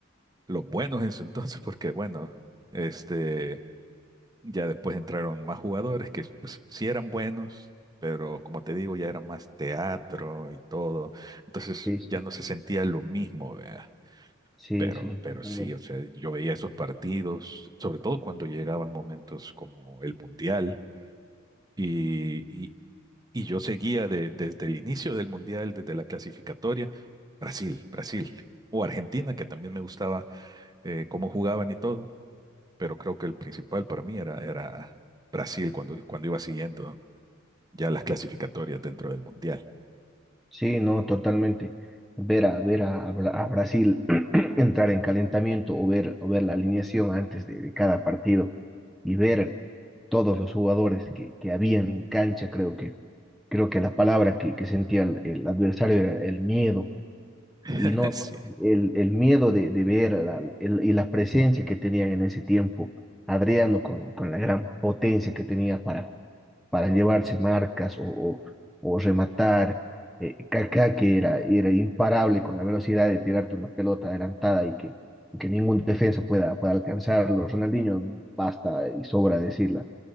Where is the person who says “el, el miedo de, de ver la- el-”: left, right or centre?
Centre